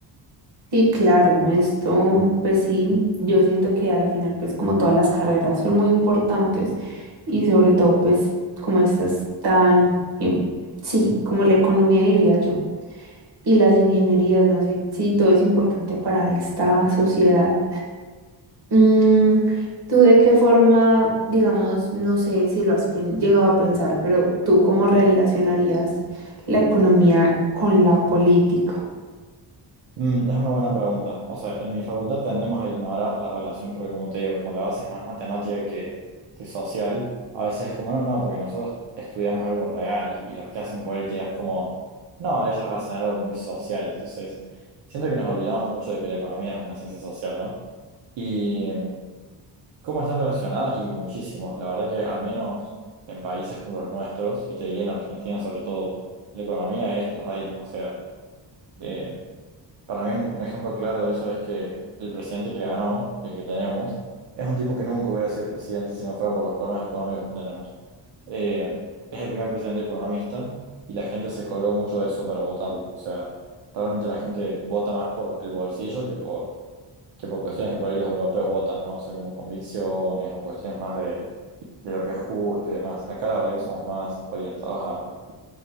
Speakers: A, on the right (about 55°); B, on the right (about 75°).
A: Sí, claro, esto, pues sí, yo siento que a la final, pues como todas las carreras son muy importantes y sobre todo, pues como estas tan, y- sí, como la economía diría yo, y las ingenierías, no sé, sí, todo es importante para esta sociedad. Mm, ¿tú de qué forma, digamos, no sé si lo has pen- llegado a pensar, pero tú cómo relacionarías la economía con la política?
B: Mm, es una buena pregunta. O sea, en mi facultad tendemos a ignorar la relación porque, como te digo, como la base es más matemática que, que social, a veces es como, no, no, porque nosotros estudiamos algo real y los que hacen política es como, no, ellos hacen algo muy social. Entonces, siento que nos olvidamos mucho de que la economía es una ciencia social, ¿no? Y mm, cómo están relacionadas y muchísimos. La verdad que al menos en países como los nuestros, y te diría en Argentina sobre todo, la economía es la reina. O sea, eh, para mí un ejemplo claro de eso es que el presidente que ganó, el que tenemos, es un tipo que nunca hubiera sido presidente si no fuera por los problemas económicos que tenemos. Eh, es el primer presidente economista y la gente se colgó mucho de eso para votarlo. O sea, realmente la gente vota más por el bolsillo que por que por cuestiones que por ahí los europeos votan, ¿no? O sea, como convicciones o cuestiones más de, de lo que es justo y demás. Acá la verdad que somos más orientados a,